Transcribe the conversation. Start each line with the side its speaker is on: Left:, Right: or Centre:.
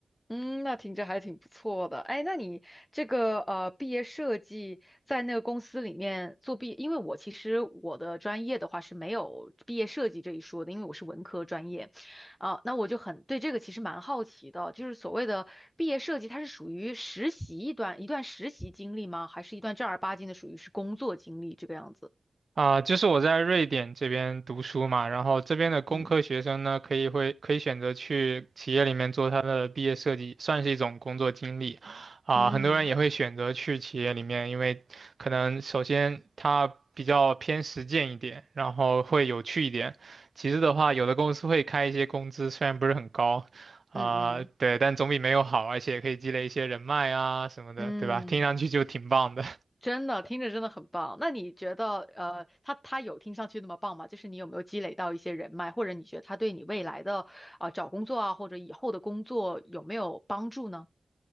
Left: 嗯，那听着还挺不错的。哎，那你这个呃毕业设计在那个公司里面做毕，因为我其实我的专业的话是没有毕业设计这一说的，因为我是文科专业，啊、那我就很对这个其实蛮好奇的，就是所谓的毕业设计，它是属于实习一段一段实习经历吗？还是一段正儿八经的属于是工作经历这个样子？
Right: 啊，就是我在瑞典这边读书嘛，然后这边的工科学生呢，
Left: 嗯
Right: 可以会可以选择去企业里面做他的毕业设计，算是一种工作经历，啊，
Left: 嗯
Right: 很多人也会选择去企业里面，因为可能首先它比较偏实践一点，然后会有趣一点，其次的话，有的公司会开一些工资，虽然不是很高，啊，
Left: 嗯嗯
Right: 对，但总比没有好，而且可以积累一些人脉啊什么的，
Left: 嗯。
Right: 对吧？听上去就挺棒的。
Left: 真的听着真的很棒。那你觉得，呃，他他有听上去那么棒吗？就是你有没有积累到一些人脉，或者你觉得他对你未来的啊、找工作啊，或者以后的工作有没有帮助呢？